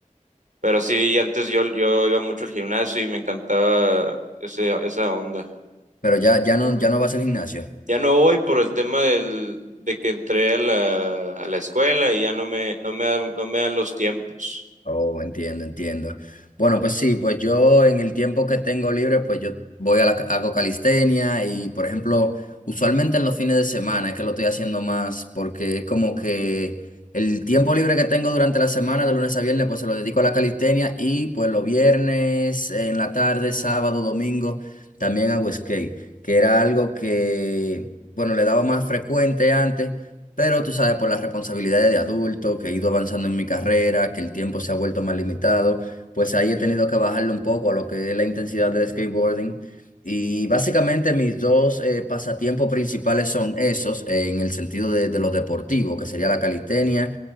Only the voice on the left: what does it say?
pero ya, ya no, ya no vas al gimnasio.
Oh, entiendo, entiendo. Bueno, pues sí, pues yo en el tiempo que tengo libre, pues yo voy a la, ca- hago calistenia y, por ejemplo, usualmente en los fines de semana es que lo estoy haciendo más porque es como que el tiempo libre que tengo durante la semana, de lunes a viernes, pues se lo dedico a la calistenia y pues los viernes en la tarde, sábado, domingo, también hago skate, que era algo que, bueno, le daba más frecuente antes. Pero tú sabes, por las responsabilidades de adulto, que he ido avanzando en mi carrera, que el tiempo se ha vuelto más limitado, pues ahí he tenido que bajarle un poco a lo que es la intensidad del skateboarding. Y básicamente mis dos eh, pasatiempos principales son esos, eh, en el sentido de, de lo deportivo, que sería la calistenia